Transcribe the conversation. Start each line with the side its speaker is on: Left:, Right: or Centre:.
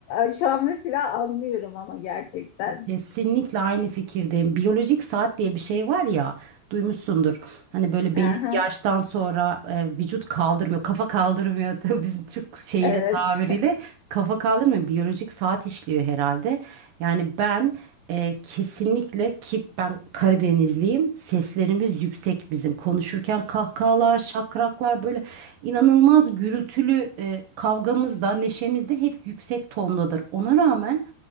Left: e, şu an mesela anlıyorum ama gerçekten.
Right: Kesinlikle aynı fikirdeyim. Biyolojik saat diye bir şey var ya, duymuşsundur. Hani böyle
Left: Aha,
Right: belli bir yaştan sonra e, vücut kaldırmıyor, kafa kaldırmıyor. <laughs> Tabii bizim Türk şeyiyle
Left: Evet.
Right: tabiriyle kafa kaldırmıyor. Biyolojik saat işliyor herhalde. Yani ben ee, kesinlikle ki ben Karadenizliyim. Seslerimiz yüksek bizim. Konuşurken kahkahalar, şakraklar böyle inanılmaz gürültülü e, kavgamız da neşemiz de hep yüksek tondadır. Ona rağmen